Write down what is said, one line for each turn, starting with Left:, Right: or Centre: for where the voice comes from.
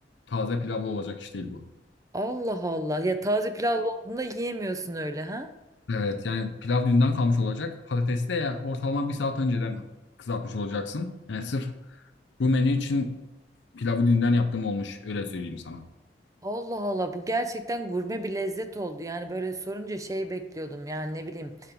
Left: Taze pilavlı olacak iş değil bu.
Right: Allah Allah. Ya taze pilavlı olduğunda yiyemiyorsun öyle ha?
Left: Evet yani pilav dünden kalmış olacak. Patatesi de ya ortalama bir saat önceden kızartmış olacaksın. Yani sırf bu menü için pilavı dünden yaptığım olmuş. Öyle söyleyeyim sana.
Right: Allah Allah bu gerçekten gurme bir lezzet oldu. Yani böyle sorunca şey bekliyordum yani ne bileyim